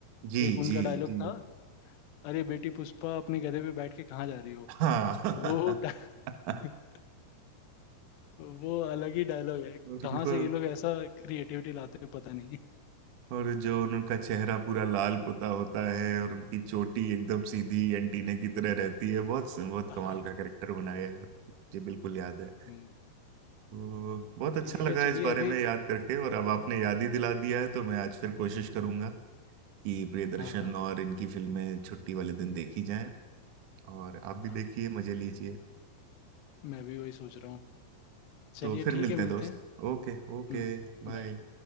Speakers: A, on the right (about 60°); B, on the left (about 75°).
A: जी
B: एक उनका
A: जी
B: डायलॉग
A: जी
B: था अरे बेटी पुष्पा अपने गधे पे बैठ के कहाँ जा रही हो
A: हाँ
B: वो डा-
A: <laughs>
B: <laughs> वो अलग ही डायलॉग है
A: और
B: कहाँ
A: उनको
B: से ये लोग ऐसा क्रिएटिविटी लाते हैं पता नहीं
A: और जो उनका चेहरा पूरा लाल पुता होता है और उनकी चोटी एकदम सीधी एंटीना की तरह रहती है बहुत बहुत
B: हाँ
A: कमाल का कैरेक्टर बनाया है मुझे बिल्कुल याद है
B: हम्म,
A: तो बहुत अच्छा
B: ठीक
A: लगा
B: है चलिए
A: इस बारे
B: अभी
A: में याद करके और अब आपने याद ही दिला दिया है तो मैं आज फिर कोशिश करूंगा कि प्रियदर्शन
B: हाँ हाँ
A: और इनकी फिल्में छुट्टी वाले दिन देखी जाएं और आप भी
B: हाँ
A: देखिए मजे लीजिए
B: मैं भी वही सोच रहा हूँ
A: तो
B: चलिए
A: फिर
B: ठीक
A: मिलते
B: है
A: हैं
B: मिलते
A: दोस्त
B: हैं
A: ओके ओके
B: हम्म
A: बाय
B: बाय